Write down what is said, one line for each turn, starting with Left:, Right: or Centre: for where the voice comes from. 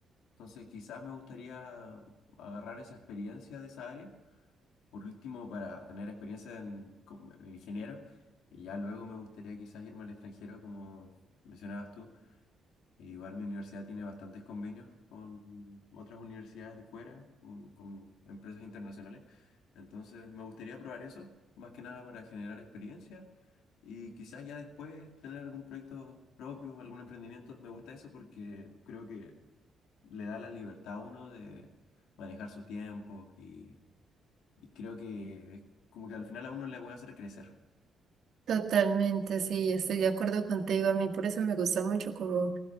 Left: entonces, quizás me gustaría agarrar esa experiencia de esa área, por último, para tener experiencia en, como en ingeniero, y ya luego me gustaría quizás irme al extranjero, como mencionabas tú. E igual mi universidad tiene bastantes convenios con otras universidades de fuera, con, con empresas internacionales. Entonces, me gustaría probar eso, más que nada para generar experiencia y quizás ya después tener algún proyecto propio, algún emprendimiento. Me gusta eso porque creo que le da la libertad a uno de manejar su tiempo y, y creo que es como que al final a uno le puede hacer crecer.
Right: Totalmente, sí, estoy de acuerdo contigo. A mí por eso me gusta mucho como,